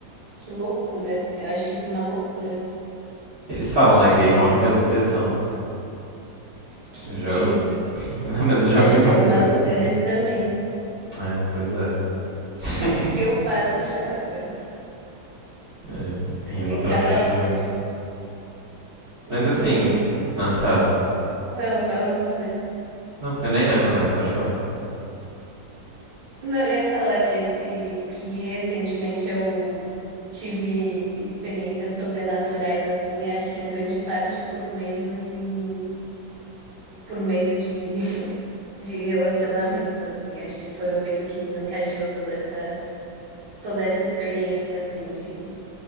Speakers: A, on the right; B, on the right.
A: Que loucura. Eu acho isso uma loucura.
B: Eles falam, né? Gay morre pelo tesão.
A: Que
B: Eu
A: terrível.
B: já, ouvi- <laughs> Não, mas eu já
A: Eu
B: ouvi
A: acho
B: muito
A: que algumas
B: mesmo,
A: mulheres
B: assim.
A: também.
B: É, pois é. <laughs>
A: <laughs> Acho que eu quase já sou.
B: É, rindo
A: É
B: pra
A: cada
B: não chorar.
A: uma. Ju. Inclusive.
B: Mas assim. Não, fala.
A: Não, fala você.
B: Não, eu nem lembro mais, pode falar.
A: Não, eu ia falar que esse. Que recentemente eu. Tive experiências sobrenaturais assim, acho que em grande parte por medo e por medo de de relacionamentos, assim. Acho que foi o medo que desencadeou toda essa, toda essa experiência, assim, de